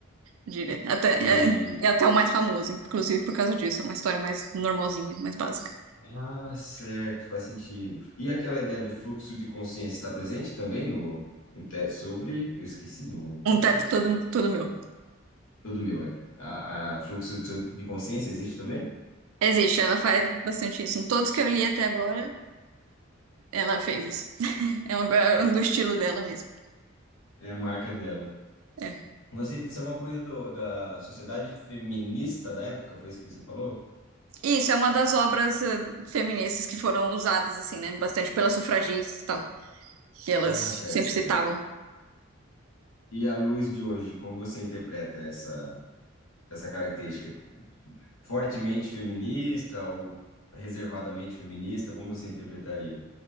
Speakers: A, on the right; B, on the left.
A: eu diria. Até,
B: e-
A: é, é até o mais famoso, inclusive por causa disso, é uma história mais normalzinha, mais básica.
B: Ah, certo, faz sentido. E aquela ideia do fluxo de consciência está presente também no um teto sobre. Eu esqueci, no teto
A: Um teto todo, todo meu.
B: tudo meu, é. A, a fluxo de de consciência existe também?
A: Existe, ela faz bastante isso. Em todos que eu li até agora, ela fez isso. É um, é
B: É.
A: um do estilo dela mesmo.
B: É a marca dela.
A: É.
B: Você disse alguma coisa do- da sociedade feminista da época, foi isso que você falou?
A: E Isso é uma das obras eh, feministas que foram usadas, assim, né, bastante pelas sufragistas e tal, que elas
B: Ah, certo,
A: sempre
B: certo.
A: citavam
B: E à luz de hoje, como você interpreta essa, essa característica? Fortemente feminista ou reservadamente feminista? Como você interpretaria